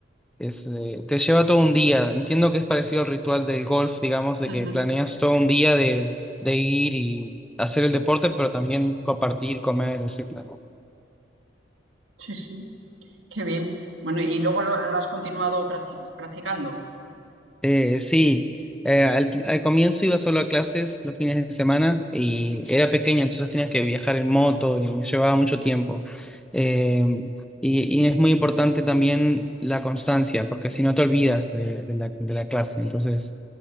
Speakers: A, in the centre; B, on the right.
A: Es, eh, te lleva todo un día. Entiendo que es parecido al ritual del golf, digamos, de
B: ujú.
A: que planeas todo un día de, de ir y hacer el deporte, pero también compartir, comer, etc.
B: Sí, sí, qué bien. Bueno, y luego lo, lo has continuado practic- practicando.
A: Eh, sí, eh, al, al comienzo iba solo a clases los fines de semana y
B: Sí,
A: era pequeño, entonces tenía que viajar en moto y me llevaba mucho tiempo. Eh, y, y es muy importante también la constancia, porque si no te olvidas de, de la, de la clase, entonces